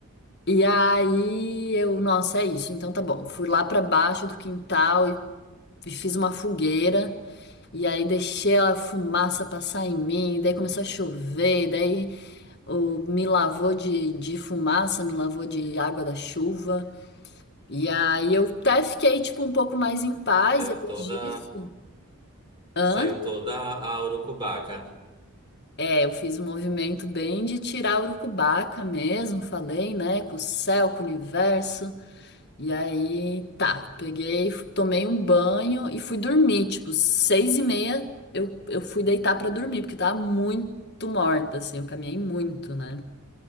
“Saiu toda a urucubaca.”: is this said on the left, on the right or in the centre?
Right